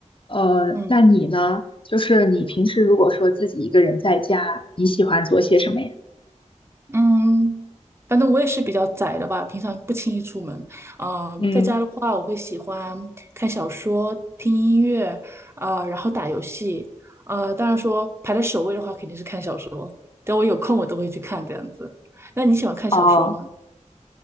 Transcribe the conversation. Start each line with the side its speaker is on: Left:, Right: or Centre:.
Left: 呃，
Right: 嗯
Left: 那你呢？就是你平时如果说自己一个人在家，你喜欢做些什么呀？
Right: 嗯，反正我也是比较宅的吧，平常不轻易出门。嗯、
Left: 嗯，
Right: 在家的话，我会喜欢看小说、听音乐，啊，然后打游戏。呃，当然说排在首位的话，肯定是看小说。等我有空，我都会去看这样子。那你喜欢看小说吗？
Left: 哦，